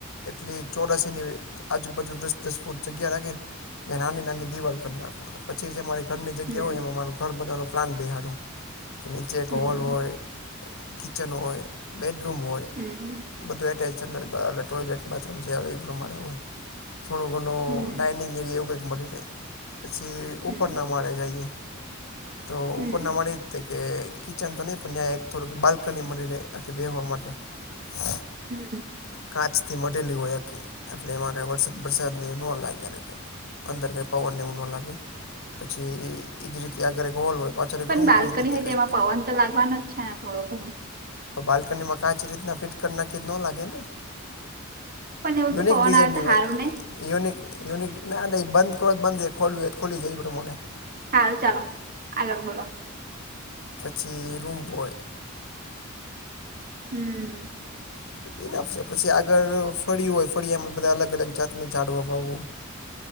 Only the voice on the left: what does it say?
એટલે ચોરાસીની આજુબાજુ દસ દસ ફૂટ જગ્યા રાખે નાની નાની દીવાલ કર નાખ. પછી જે મારી ઘરની જગ્યા
હોય એમાં માર ઘર બનવાનું પ્લાન બેહાડું. કે નીચે એક
હોલ હોય, કિચન હોય, બેડરૂમ હોય,
બધું એટેચ કરતા ટોયલેટ બાથરૂમ જે આવે એ પ્રમાણે હોય. થોડો ઘણો
ડાઇનિંગ એરિયા એવું કંઈક મળી રહે, પછી
ઉપર ના માળે જાઈએ. તો
ઉપરના માળે કે કિચન તો નહી પણ યાં થોડુંક બાલ્કની મળી રહે આખી બેહવા માટે. <inaudible>
કાચથી મઢેલી હોય આખી એટલે એમાં કંઈ વરસાદ વરસાદની નોં લાગે ને કંઈ. અંદર કઈ પવનને એવું ન લાગે પછી એ જ રીતે આગર એક હોલ હોય. પાછળ એક
રૂમ
એ રીતે
કંઈક
પણ બાલ્કનીમાં કાચ રીતના ફિટ કરી નાખીયે તો નો લાગે ને?
યુનિક
ડિઝાઇન
નિવા
યુનિક યુનિક ના ન એ બંધ કરો તો બંધ રે ખોલવું હોય ખૂલી જાય એ પ્રમાણે.
પછી રૂમ હોય.
એના સિવાય પછી આગળ ફળ્યું હોય ફળિયામાં બધા અલગ અલગ જાતનું ઝાડવા વાવવું.